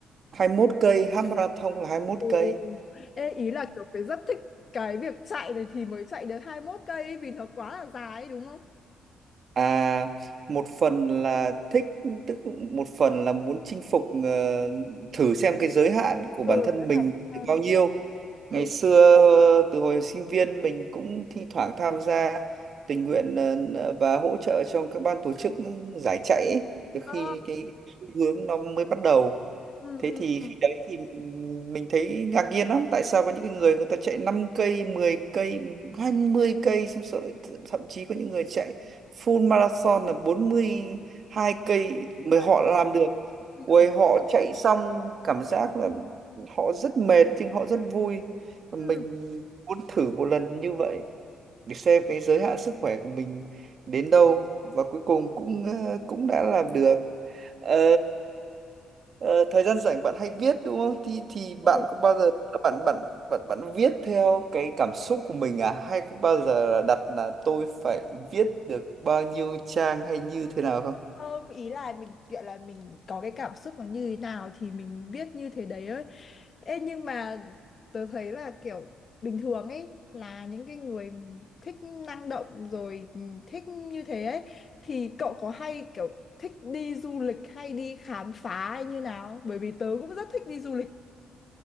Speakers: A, on the right (about 50°); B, on the left (about 45°).
A: 21 cây half marathon là 21
B: Ồ,
A: cây
B: Ê, ý là kiểu phải rất thích cái việc chạy này thì mới chạy được 21 cây ấy, vì nó quá là dài ấy, đúng không?
A: À, một phần là thích, tức một phần là muốn chinh phục ờ, thử xem cái giới hạn của
B: Ừ,
A: bản thân
B: với
A: mình
B: Hà Nội hơn.
A: được bao nhiêu.
B: Ừ.
A: Ngày xưa từ hồi sinh viên mình cũng thi thoảng tham gia tình nguyện ờ, và hỗ trợ cho các ban tổ chức giải chạy ấy, từ khi
B: À,
A: cái hướng nó mới bắt đầu
B: ừ,
A: Thế
B: ừ,
A: thì
B: ừ.
A: khi đấy thì mình thấy ngạc nhiên lắm tại sao có những cái người người ta chạy 5 cây, 10 cây, 20 cây xong rồi th- thậm chí có những người chạy full marathon là bốn mươi hai cây
B: Dài
A: mới họ làm được.
B: kinh
A: Ôi
B: khủng.
A: họ chạy xong cảm giác là họ rất mệt nhưng họ rất vui. Và
B: Ừ,
A: Mình muốn thử một lần như vậy để xem cái giới hạn sức khỏe của mình đến đâu và cuối cùng cũng ờ, cũng đã làm được. Ờ, Ờ, thời gian rảnh bạn hay viết đúng không? Thì thì
B: ừ.
A: bạn có bao giờ bạn bạn bạn bạn viết theo cái cảm xúc của mình à hay bao giờ là đặt là tôi phải viết được bao nhiêu trang hay như thế nào không?
B: không ý là mình gọi là mình có cái cảm xúc nó như thế nào thì mình biết như thế đấy ấy Ê, nhưng mà tớ thấy là kiểu bình thường ấy là những cái người thích năng động rồi ừ, thích như thế ấy thì cậu có hay kiểu thích đi du lịch hay đi khám phá hay như nào bởi vì tớ cũng rất thích đi du lịch